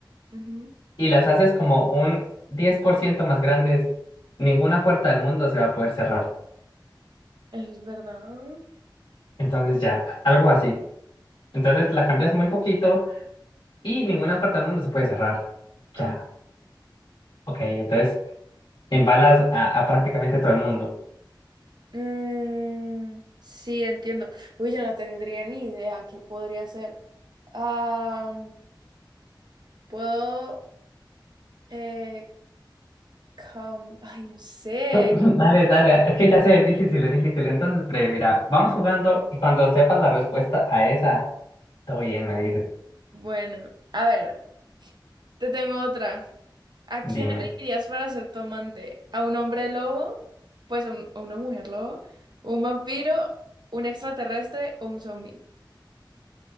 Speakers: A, on the right; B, on the left.
A: ujú,
B: y las haces como un 10% más grandes, ninguna puerta del mundo se va a poder cerrar.
A: Eso es verdad.
B: Entonces ya, algo así. Entonces la cambias muy poquito y ninguna puerta del mundo se puede cerrar. Ya,
A: Ah,
B: ok, entonces embalas a, a prácticamente todo el mundo.
A: mm, sí, entiendo. Uy, yo no tendría ni idea qué podría hacer. Ah, puedo... eh, cam- Ay, no sé.
B: <laughs> Dale, dale, es que ya sé, es difícil, es difícil. Entonces, pre, mira, vamos jugando y cuando sepas la respuesta a esa, todo bien, me dices,
A: Bueno, a ver, te tengo otra. ¿A
B: dime.
A: quién elegirías para ser tu amante? ¿A un hombre lobo? Pues a, un- a una mujer lobo, un vampiro, un extraterrestre o un zombie.